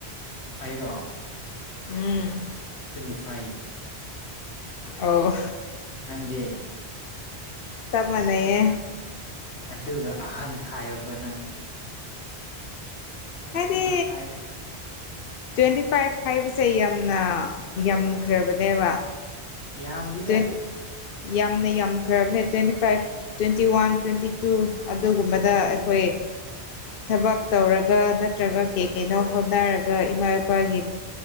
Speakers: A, on the left; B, on the left.
A: ꯑꯔꯣ
B: ꯎꯝ
A: ꯇ ꯅꯅꯤꯐꯥꯏꯐ
B: ꯑ
A: ꯅꯪꯗꯦ
B: ꯇꯞ ꯃꯅꯦꯌꯦ
A: ꯑꯗꯨꯒ ꯑꯍꯟ ꯍꯥꯏꯕꯒꯣ ꯅꯪ
B: ꯍꯥꯏꯗꯤ
A: ꯇ꯭ꯋꯦꯟꯇꯤ ꯐꯥꯏꯚ
B: ꯇ꯭ꯋꯦꯟꯇꯤ ꯐꯥꯏꯚ ꯍꯥꯏꯕꯁꯦ ꯌꯥꯝꯅ ꯌꯥꯝꯈ꯭ꯔꯕꯅꯦꯕ
A: ꯌꯥꯝꯗꯤꯗ
B: ꯇ꯭ꯋꯦꯟꯇꯤ ꯌꯥꯝꯅ ꯌꯥꯝꯈ꯭ꯔꯕꯅꯦ twenty five twenty one twenty two ꯑꯗꯨꯒꯨꯝꯕꯗ
A: ꯅꯠꯇꯦ
B: ꯑꯩꯈꯣꯏ
A: ꯅꯠꯇꯦ
B: ꯊꯕꯛ ꯇꯧꯔꯒ ꯅꯠꯇ꯭ꯔꯒ ꯀꯩ ꯀꯩꯅꯣ ꯍꯣꯠꯅꯔꯒ ꯏꯃꯥ ꯏꯄꯥꯒꯤ